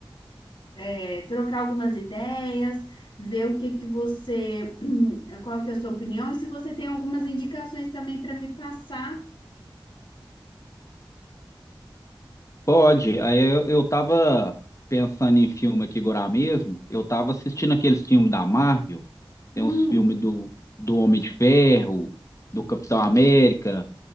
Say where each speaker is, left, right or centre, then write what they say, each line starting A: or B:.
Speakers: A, on the left (about 60°); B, on the left (about 35°).
A: é, trocar algumas ideias, ver o que que você, <clears throat> qual que é a sua opinião e se você tem algumas indicações também para me passar.
B: Pode. Aí eu, eu tava pensando em filme aqui agora mesmo. Eu tava assistindo aqueles filmes da Marvel. Tem
A: Hum,
B: uns filmes do, do Homem de Ferro, do Capitão América.